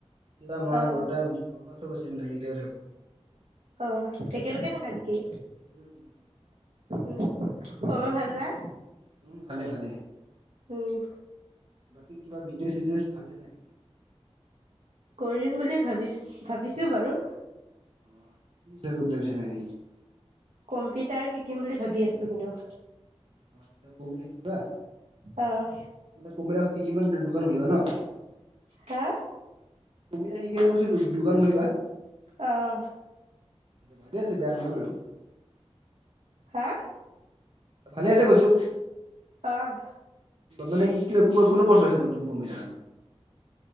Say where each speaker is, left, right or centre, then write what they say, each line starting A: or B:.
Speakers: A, on the right; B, on the right.
A: দেউতা মা
B: অ
A: বৰ্তা বৰ্মা চব আছে মানে একেলগে থাকো।
B: অ', একেলগে থাকা নেকি?
A: উম উম
B: উম, খবৰ ভাল নে
A: উম ভালে ভালে
B: উম।
A: বাকী কিবা বিজনেছ চিজনেছ ভাবিছা নাই?
B: কৰিম বুলি ভাবিছ ভাবিছো বাৰু।
A: অ <inaudible>
B: কম্পিউটাৰ শিকিম বুলি ভাবি আছো কিন্তু।
A: অ', আচ্ছা কম্পিউটাৰ শিকিবা?
B: অহ।
A: মানে কম্পিউটাৰ শিকি মানে দোকান খুলিবা ন?
B: হা?
A: কম্পিউটাৰ শিকি কেনে কৈছো দোকান খুলিবা।
B: অহ।
A: ভালেই আছে বেয়া নহয় বাৰু।
B: হা?
A: ভালে আছে কৈছো।
B: অহ।
A: মানে কি ক কো কোনটো ক'চ লৈছা মানে তুমি computer?